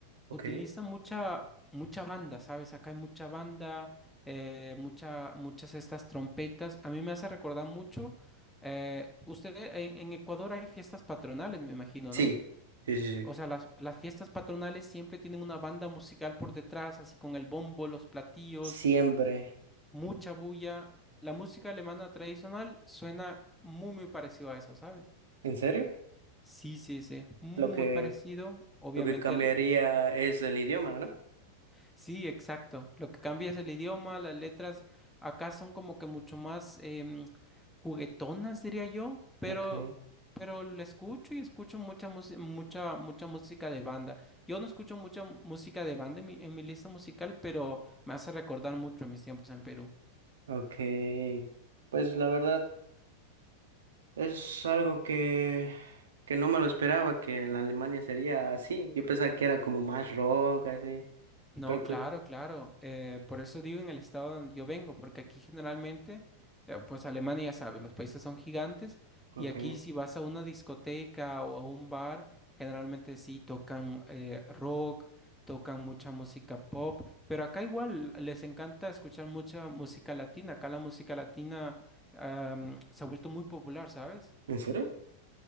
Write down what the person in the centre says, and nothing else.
utiliza mucha, mucha banda, ¿sabes? Acá hay mucha banda, eh, mucha, muchas estas trompetas. A mí me hace recordar mucho. eh, usted en, en Ecuador hay fiestas patronales, me imagino,
¿no?
O sea, las, las fiestas patronales siempre tienen una banda musical por detrás, así con el bombo, los platillos
mucha bulla. La música alemana tradicional suena muy, muy parecido a eso, ¿sabes?
Sí, sí, sí, muy,
muy parecido. Obviamente,
el...
sí, exacto. Lo que cambia es el idioma, las letras. Acá son como que mucho más em, juguetonas, diría yo, pero,
pero lo escucho y escucho mucha, mus- mucha, mucha música de banda. Yo no escucho mucha música de banda en mi, en mi lista musical, pero me hace recordar mucho a mis tiempos en Perú.
No,
claro, claro. Eh, por eso digo en el estado donde yo vengo, porque aquí generalmente, eh, pues Alemania ya sabe, los países son gigantes
y aquí si vas a una discoteca o a un bar, generalmente sí tocan eh, rock, tocan mucha música pop, pero acá igual les encanta escuchar mucha música latina. Acá la música latina am, se ha vuelto muy popular, ¿sabes?